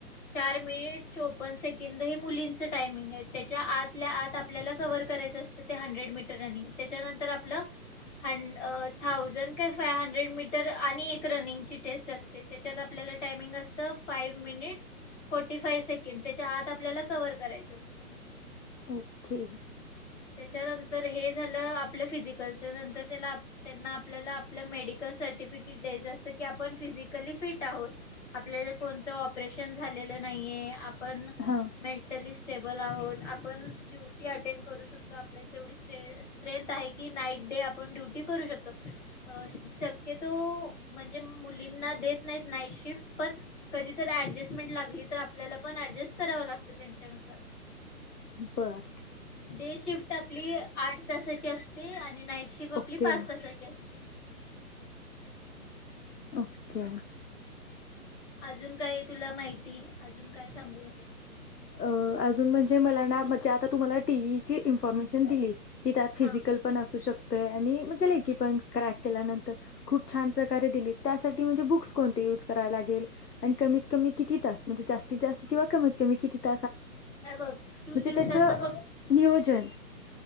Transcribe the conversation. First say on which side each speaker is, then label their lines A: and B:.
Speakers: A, on the left; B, on the left.
A: चार मिनिट चौपन्न सेकंद हे मुली च टायमिंग आहे तेच्या आतल्या आत आपल्याला कव्हर करायचं असतं ते हंड्रेड मीटर रनिंग. तेच्या नंतर आपलं हंड थाउजंड का फाइव्ह हंड्रेड मीटर आणि एक रनिंग ची टेस्ट असते त्याच्यात आपल्याला टाइमिंग असतं, five minutes forty five second तेच्या आत आपल्याला कव्हर करायचं असतं.
B: ओके!
A: त्याच्यानंतर हे झालं आपलं फिजिकलच, नंतर त्याला आप त्यांना आपलेल्याला मेडिकल सर्टिफिकेट द्यायचं असतं की आपण फिजिकली फिट आहोत, आपलेल कोणतं ऑपरेशन झालेलं नाहीये आप पण न
B: हां.
A: मेंटलीस स्टेबल आहोत, आपण ड्युटी अटेंड करू शक तो आपल्यात तेवढी स्ट्रेंथ आहे की नाईट डे आपण ड्युटी करू शकतो शक्यतो म्हणजे मुलींना देत नाहीत नाईट शिफ्ट पण कधी तर ॲडजस्टमेंट लागली तर करावं लागतं ऍडजेस्ट आपल्याला पण त्यांच्या नुसार.
B: बर!
A: डे शिफ्ट, आपली आठ. तासाची असती आ नी नाईट शिफ्ट, आपली
B: ओके,
A: पाच तासाची असते.
B: ओके
A: अजून काय, तुला माहिती अजून काय सांगू
B: अ अजून म्हणजे, मला ना म्हणजे आता तू मला टीईई ची इन्फॉर्मेशन दिलीस की त्यात पण फिजिकल
A: हा
B: असू शक त आणि म्हणजे,
A: हो.
B: लयकी पण क्रॅक केल्यानंतर, खूप छान प्रकारे दिली त्यासाठी म्हणजे बुक्स कोणती युज करायला लागेल, आणि कमीत कमी किती तास म्हणजे, जास्तीत जास्त किंवा कमीत तुम्ही किती? <inaudible>
A: हे बघ तू
B: म्हणजे
A: दिवसातन
B: त्याचं
A: फक्त,
B: नियोजन